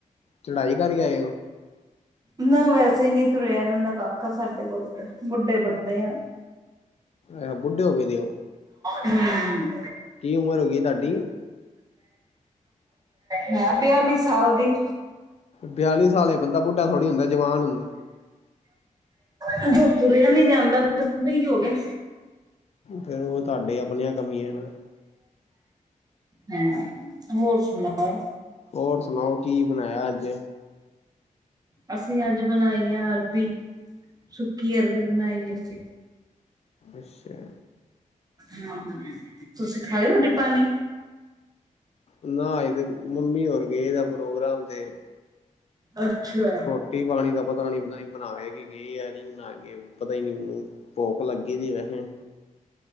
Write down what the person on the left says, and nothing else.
ਚੜਾਈ ਕਰਕੇ ਆਏ ਓ?
ਅਹ ਬੁੱਢੇ ਹੋਗੇ ਦੇ ਓ।
ਕੀ ਉਮਰ ਹੋਗੀ ਆ ਤਾਡੀ?
ਬਿਆਲੀ ਸਾਲ ਏ ਬੰਦਾ ਬੁੱਢਾ ਥੋੜੀ ਹੁੰਦਾ ਜਵਾਨ ਹੁੰਦਾ।
ਫੇਰ ਓ ਤਾਡੇ ਆਪਣੀਆਂ ਕਮੀਆਂ ਆ ਨਾ।
ਹੋਰ ਸਨਾਓ ਕੀ ਬਣਾਇਆ ਅੱਜ?
ਅੱਛਾ।
ਨਾ ਆਏ ਤੇ, ਮੰਮੀ ਹੋਰ ਗਏ ਦਾ ਪ੍ਰੋਗਰਾਮ ਤੇ।
ਰੋਟੀ-ਪਾਣੀ ਦਾ ਪਤਾ ਨੀ ਬਣਾਏਗੀ ਕੀ ਐ ਨੀ ਬਣਾਏਗੀ ਪਤਾ ਈ ਨੀ ਓਨੂੰ। ਭੁੱਖ ਲੱਗੀ ਸੀ ਵੈਸੇ।